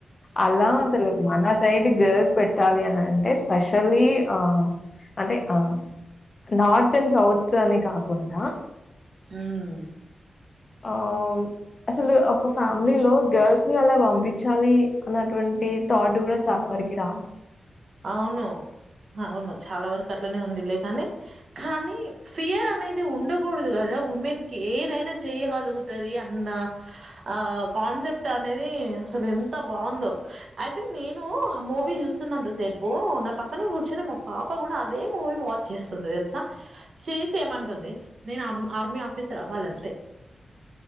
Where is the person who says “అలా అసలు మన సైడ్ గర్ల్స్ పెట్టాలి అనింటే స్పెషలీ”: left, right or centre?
Left